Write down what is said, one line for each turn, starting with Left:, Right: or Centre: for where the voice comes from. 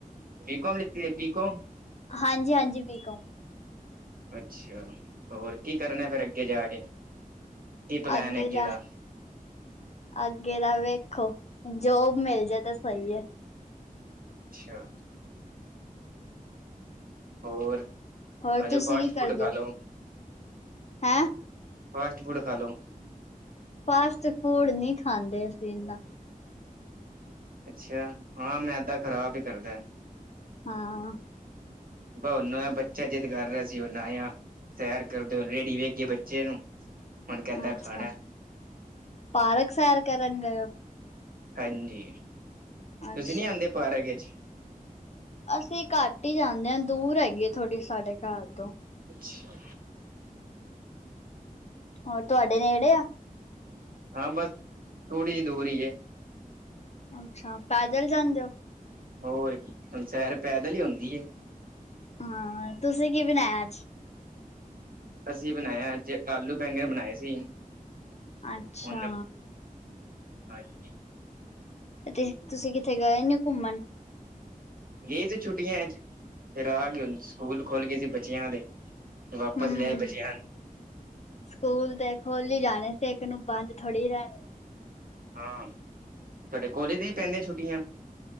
Right: ਬੀਕੋਮ ਲਿਤੀਐ ਬੀਕੋਮ?
Left: ਹਾਂਜੀ ਹਾਂਜੀ ਬੀਕੋਮ।
Right: ਅੱਛਾ ਹੋਰ ਕੀ ਕਰਨਾ ਫਿਰ ਅੱਗੇ ਜਾ ਕੇ? ਕੀ ਪਲੈਨ
Left: ਅੱਗੇ ਜਾ
Right: ਦਾ
Left: ਅੱਗੇ ਤਾਂ ਵੇਖੋ, ਜੋਬ ਮਿਲ ਜੇ ਤਾਂ ਸਹੀ ਏ।
Right: ਅੱਛਾ। ਹੋਰ
Left: ਹੋਰ
Right: ਆਜੋ
Left: ਤੁਸੀਂ
Right: ਫਾਸਟ
Left: ਕੀ ਕਰਦੇ
Right: ਫੂਡ ਖਾ
Left: ਹੋ
Right: ਲੋੋ?
Left: ਹੈਂ
Right: ਫਾਸਟ ਫੂਡ ਖਾ ਲੋ?
Left: ਫਾਸਟ ਫੂਡ ਨੀ ਖਾਂਦੇ ਅਸੀਂ ਇਨਾ।
Right: ਅੱਛਾ ਹਾਂ ਮੈਦਾ ਖ਼ਰਾਬ ਹੀ ਕਰਦਾ।
Left: ਹਾਂ
Right: ਬ ਹੁਣ ਆ ਬੱਚਾ ਜਿੱਦ ਕਰ ਰਿਹਾ ਸੀ ਹੁਣ ਆਏ ਆ। ਸੈਰ ਕਰਦੇ ਹੋ ਰੇੜੀ ਵੇਖ ਗਈ ਏ ਬੱਚੇ ਨੂੰ। ਹੁਣ ਕਹਿੰਦਾ
Left: ਅੱਛਾ
Right: ਖਾਣਾ
Left: ਪਾਰਕ ਸੈਰ ਕਰਨ ਗਏ ਹੋ।
Right: ਹਾਂਜੀ
Left: ਅੱਛਾ
Right: ਤੁਸੀਂ ਨੀ ਆਉਂਦੇ ਪਾਰਕ ਚ
Left: ਅਸੀਂ ਘੱਟ ਹੀ ਜਾਂਦੇ ਹਾਂ ਦੂਰ ਹੈਗੀ ਏ ਥੋੜੀ ਸਾਡੇ ਘਰ ਤੋਂ।
Right: ਅੱਛਾ
Left: ਹੋਰ ਤੁਹਾਡੇ ਨੇੜੇ ਆ?
Right: ਹਾਂ ਬਸ ਥੋੜ੍ਹੀ ਜੀ ਦੂਰ ਹੀ ਏ।
Left: ਅੱਛਾ ਪੈਦਲ ਜਾਂਦੇ ਹੋ।
Right: ਹੋਰ ਕੀ ਹੁਣ ਸੈਰ ਪੈਦਲ ਹੀ ਹੁੰਦੀ ਏ।
Left: ਹਾਂ ਤੁਸੀਂ ਕੀ ਬਣਾਇਆ ਅੱਜ?
Right: ਅਸੀਂ ਬਣਾਇਆ ਅੱਜ ਆਲੂ ਬੈਂਗਨ ਬਣਾਏ ਸੀ।
Left: ਅੱਛਾ
Right: ਹੁਣ ਹਾਂਜੀ
Left: ਤੇ ਤੁਸੀਂ ਕਿੱਥੇ ਗਏ ਨੀ ਘੁੰਮਣ।
Right: ਗਏ ਸੀ ਛੁੱਟੀਆਂ ਚ ਫਿਰ ਆ ਗੇ ਹੁਣ ਸਕੂਲ ਖੁਲ ਗਏ ਸੀ ਬੱਚਿਆਂ ਦੇ। ਵਾਪਸ
Left: ਹੂੰ
Right: ਲਿਆਏ ਬਚਿਆ ਨੂੰ।
Left: ਸਕੂਲ ਤੇ ਖੁੱਲ ਹੀ ਜਾਣੇ ਸੀ ਇੱਕ ਨੂੰ ਬੰਦ ਥੋੜ੍ਹੀ ਰਹਿਣੀ
Right: ਹਾਂ ਤੁਹਾਡੇ ਕੋਲੇਜ ਦੀ ਪੈਂਦੇ ਛੁੱਟੀਆਂ।